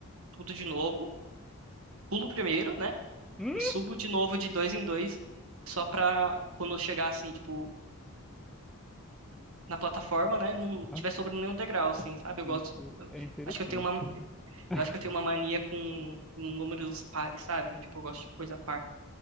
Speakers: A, on the right (about 75°); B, in the centre.
A: tudo de novo, pulo primeiro, né?
B: Hum,
A: E subo de novo de dois em dois, só pra quando eu chegar, assim, tipo, na plataforma, né? Não tiver
B: Ah,
A: sobrando nenhum degrau, assim, sabe?
B: isso
A: Eu gosto.
B: é interessante.
A: Acho que eu tenho uma, eu
B: <laughs>
A: acho que eu tenho uma mania com, com números pares, sabe? Tipo, eu gosto de coisa par.